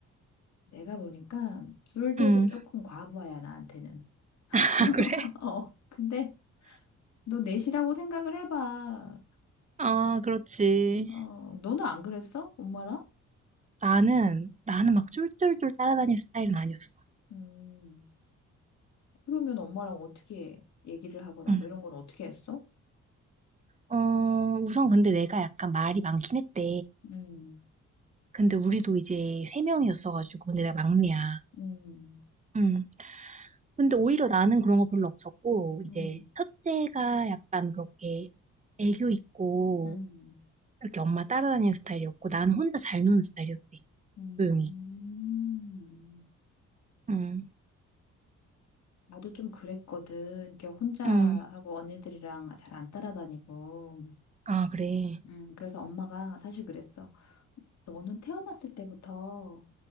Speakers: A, on the left; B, on the right.
A: 내가 보니까 둘 돼도
B: 응.
A: 조금 과부하야 나한테는. <laughs>
B: <laughs> 아, 그래?
A: 어 근데 너 넷이라고 생각을 해봐.
B: 아, 그렇지.
A: 어 너는 안 그랬어? 엄마랑?
B: 나는, 나는 막 쫄쫄쫄 따라다니는 스타일은 아니었어.
A: 음. 그러면 엄마랑 어떻게 얘기를 하거나
B: 응.
A: 뭐 이런 건 어떻게 했어?
B: 어, 우선 근데 내가 약간 말이 많긴 했대.
A: 음,
B: 근데 우리도 이제 세 명이었어가지고, 근데 내가 막내야.
A: 음,
B: 응. 근데 오히려 나는 그런 거 별로 없었고, 이제
A: 음,
B: 첫째가 약간 그렇게 애교 있고,
A: 음,
B: 이렇게 엄마 따라다니는 스타일이었고, 나는 혼자 잘 노는 스타일이었대.
A: 음.
B: 조용히. 응,
A: 나도 좀 그랬거든. 이렇게 혼자
B: 응.
A: 하고 언니들이랑 잘 안 따라다니고.
B: 아, 그래.
A: 음, 그래서 엄마가 사실 그랬어. 너는 태어났을 때부터